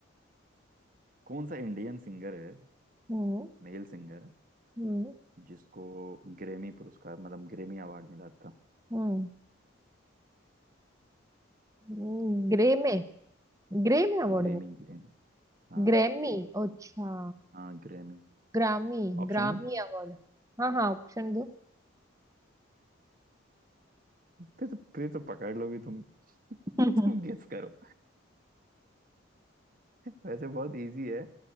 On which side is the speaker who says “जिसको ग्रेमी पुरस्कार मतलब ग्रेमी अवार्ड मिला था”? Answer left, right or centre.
Right